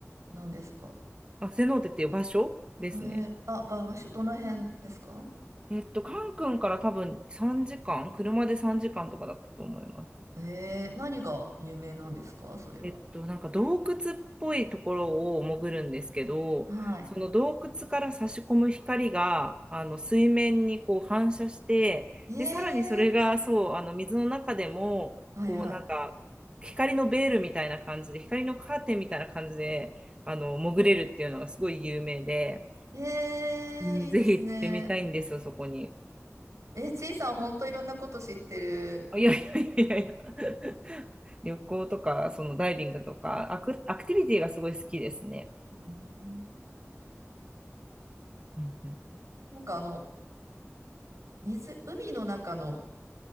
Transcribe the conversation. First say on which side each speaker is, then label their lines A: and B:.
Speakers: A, on the right; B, on the right.
A: 何ですか
B: あ、セノーテっていう場所ですね。
A: えー、あ、ば、場所、どの辺ですか
B: えっと、カンクンから多分3時間、車で3時間とかだったと思います。
A: えー、何が有名なんですかそれは。
B: えっと、なんか洞窟っぽいところを潜るんですけど、
A: はい。
B: その洞窟から差し込む光が、あの、水面にこう反射して、
A: えー、
B: で、さらにそれが、そう、あの、水の中でも、
A: はいは
B: こう、なんか、光のベールみたいな感じで、光のカーテンみたいな感じで、あの、潜れるっていうのがすごい有名で、
A: い。えー、
B: うん、
A: いいですね。
B: ぜひ行ってみたいんですよ、そこに。
A: えー、ちいさんほんといろんなこと知ってる。
B: あ、いやいやいやいやいや、旅行とか、そのダイビングとか、アク、アクティビティがすごい好きですね。
A: うん
B: うんうん
A: なんかあの、水、海の中の